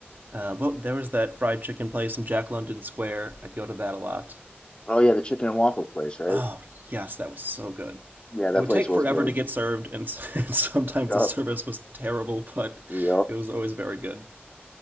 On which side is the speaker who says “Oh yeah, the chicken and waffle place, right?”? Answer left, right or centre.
Left